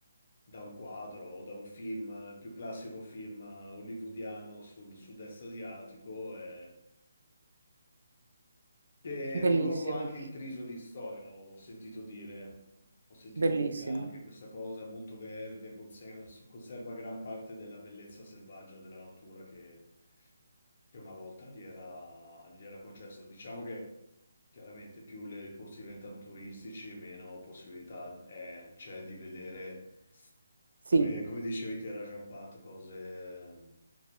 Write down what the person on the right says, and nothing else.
Bellissimo,
bellissimo.
Sì,